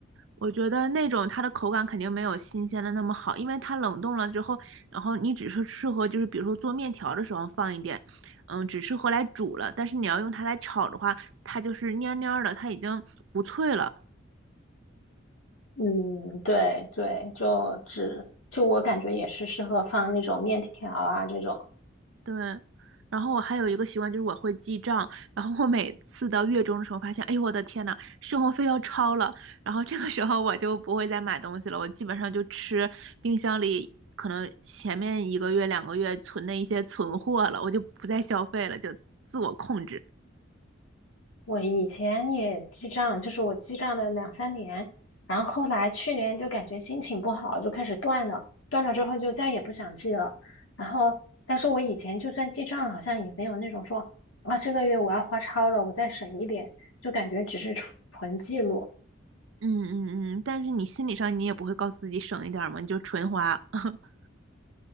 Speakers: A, on the right (about 65°); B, on the left (about 85°).
A: 我觉得那种它的口感肯定没有新鲜的那么好，因为它冷冻了之后，然后你只是适合就是比如说做面条的时候放一点，嗯，只适合来煮了。但是你要用它来炒的话，它就是蔫蔫儿的，它已经不脆了。
B: 嗯，对对，就只就我感觉也是适合放那种面条啊这种。
A: 对，然后我还有一个习惯就是我会记账，然后我每次到月中的时候发现，哎呦我的天呐，生活费要超了，然后这个时候我就不会再买东西了，我基本上就吃冰箱里可能前面一个月两个月存的一些存货了，我就不再消费了，就自我控制。
B: 我以前也记账，就是我记账了两三年，然后后来去年就感觉心情不好，就开始断了，断了之后就再也不想记了。然后，但是我以前就算记账，好像也没有那种说啊这个月我要花超了，我再省一点，就感觉只是纯纯记录。
A: 嗯嗯嗯，但是你心理上你也不会告诉自己省一点儿嘛，你就纯花。<laughs>